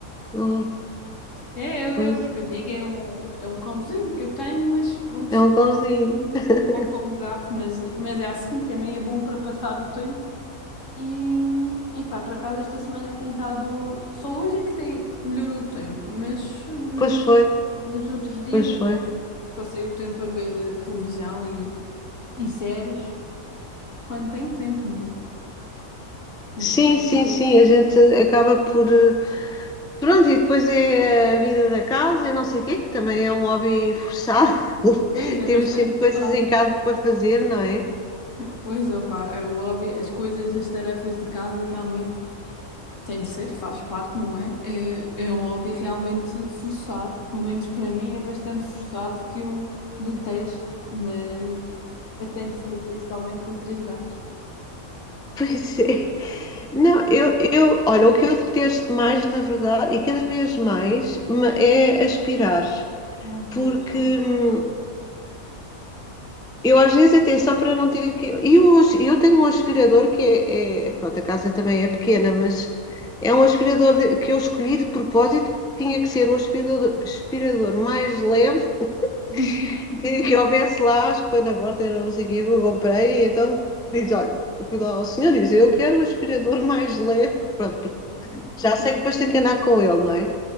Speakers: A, in the centre; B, on the left.
A: Não,
B: É, eu,
A: pois,
B: eu, o que eu digo é um, é um cãozinho que eu tenho, mas pronto,
A: é
B: está
A: um cãozinho. <laughs>
B: como gato, mas, mas é assim, também é bom para passar o tempo. E, e pá, por acaso esta semana tem estado. Só hoje é que tem, melhorou o tempo, mas eh, nos,
A: Pois foi,
B: nos outros dias
A: pois foi.
B: passei o tempo a ver eh, televisão e, e séries, quando tenho tempo, não é? Porque nem
A: Sim,
B: sempre tenho
A: sim, sim,
B: tempo.
A: a gente acaba por. eh, Pronto, e depois é a vida da casa e não sei o quê, que também é um hobby forçado. <laughs>
B: Pois é,
A: Temos
B: bastante
A: sempre coisas
B: pesado.
A: em casa para fazer, não é?
B: Pois, opá, é o hobby, as coisas, as tarefas de casa realmente. Tem de ser, faz parte, não é? É, é um hobby realmente forçado, pelo menos para mim é bastante forçado que eu detesto, mas, mas tem de ser, principalmente com três gatos.
A: <laughs> Pois é. Não, eu, eu, olha, o que eu detesto mais, na verdade, e cada vez mais, ma- é aspirar,
B: Ah,
A: porque
B: pois.
A: hum, eu às vezes até só para não ter que. E eu, hoje- eu tenho um aspirador que é, é- Pronto, a casa também é pequena, mas é um aspirador de- que eu escolhi de propósito, tinha que ser o aspirador, aspirador mais leve
B: <laughs>
A: que, <laughs> que houvesse lá, acho que foi na porta, eu não sei o que, eu comprei, e então diz: olha, eu fui lá ao senhor e diz: eu quero o aspirador <laughs> mais leve. Pronto. Já sei que depois tenho que andar com ele, não é?